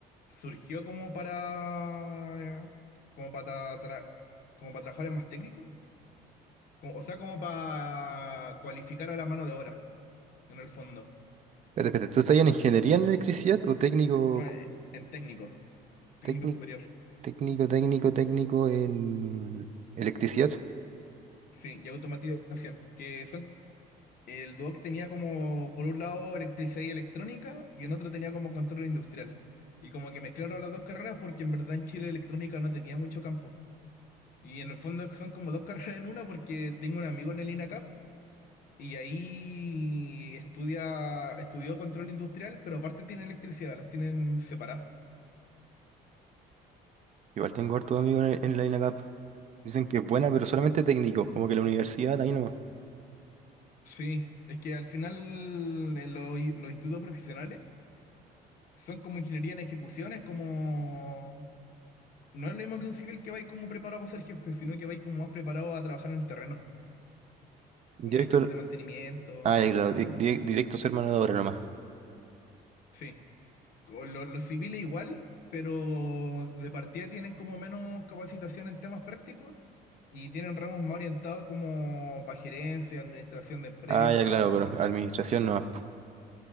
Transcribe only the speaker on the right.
Espérate, espérate, ¿tú estás en ingeniería en electricidad o técnico,
técnico,
técnico, técnico, técnico en electricidad?
Igual tengo hartos amigos en, el- en la INACAP. Dicen que es buena, pero solamente técnico, como que la universidad ahí nomás.
Directo,
ah, ya claro, di- di- directo ser mano de obra nomás.
Ah, ya claro, pero administración nomás. po.